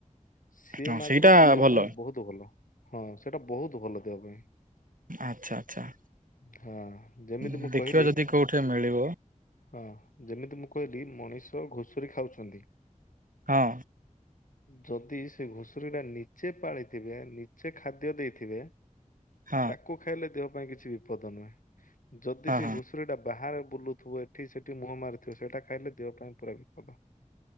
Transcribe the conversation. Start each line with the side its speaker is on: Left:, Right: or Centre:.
Left: ସେ
Right: ହଁ
Left: ମାଗୁର
Right: ସେଇଟା
Left: ଟା ଦେହ
Right: ଭଲ
Left: ପାଇଁ ବହୁତ ଭଲ ହଁ ସେଟା ବହୁତ ଭଲ ଦେହ ପାଇଁ।
Right: ଆଚ୍ଛା ଆଚ୍ଛା।
Left: ହଁ ଯେମିତି
Right: ଦେଖିବା
Left: ମୁଁ କହିଲି
Right: ଯଦି କୋଉଠି ମିଳିବ
Left: ହଁ ଯେମିତି ମୁଁ କହିଲି ମଣିଷ ଘୁଷୁରୀ ଖାଉଛନ୍ତି।
Right: ହଁ।
Left: ଯଦି ସେ ଘୁଷୁରୀ ଟା ନିଜେ ପାଳିଥିବେ ନିଜେ ଖାଦ୍ୟ ଦେଇଥିବେ।
Right: ହଁ
Left: ତାକୁ ଖାଇଲେ ଦେହ ପାଇଁ କିଛି ବିପଦ ନୁହେଁ। ଯଦି
Right: ହଁ
Left: ସେ
Right: ହଁ
Left: ଘୁଷ ଶୁରୀଟା ବାହାରେ ବୁଲୁଥିବ ଏଠି ସେଠି ମୁହଁ ମାରୁଥିବ ସେଟା ଖାଇଲେ ଦେହ ପାଇଁ ପୁରା ବିପଦ।